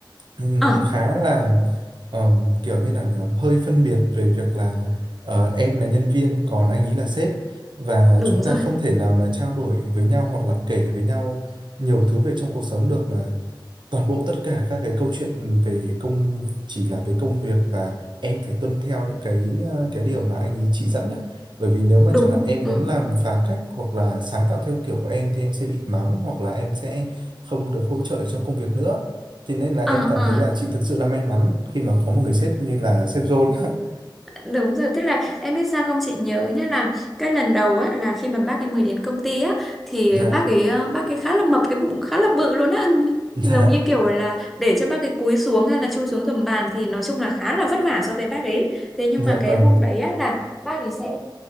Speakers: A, on the right; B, in the centre.
A: Ừm,
B: à,
A: khá là ờm, kiểu như là nhở, hơi phân biệt về việc là ờ, em là nhân viên còn anh ấy là sếp và
B: đúng
A: chúng ta
B: rồi.
A: không thể nào mà trao đổi với nhau hoặc là kể với nhau nhiều thứ về trong cuộc sống được mà toàn bộ tất cả các cái câu chuyện về công chỉ là về công việc và em phải tuân theo những cái ờ, cái điều mà anh ấy chỉ dẫn á. Bởi vì nếu mà
B: Đúng.
A: chẳng hạn em
B: Ừ.
A: muốn làm phá cách hoặc là sáng tạo theo kiểu của em thì em sẽ bị mắng hoặc là em sẽ không được hỗ trợ trong công việc nữa. Thế nên là
B: À,
A: em cảm thấy
B: à,
A: là chị thực sự là may mắn khi mà có một người sếp như là sếp John. <laughs>
B: Đúng rồi, tức là em biết sao không chị nhớ nhá là cái lần đầu á là khi mà bác ấy mới đến công ty á thì
A: Dạ,
B: bác ấy ờ, bác ấy khá là mập cái bụng khá là bự luôn á. <laughs>
A: dạ,
B: Giống như kiểu là để cho bác ấy cúi xuống hay là chui xuống gầm bàn thì nói chung là khá là vất vả so với bác ấy. Thế nhưng
A: dạ
B: mà
A: vâng,
B: cái hôm đấy á là bác ấy sẽ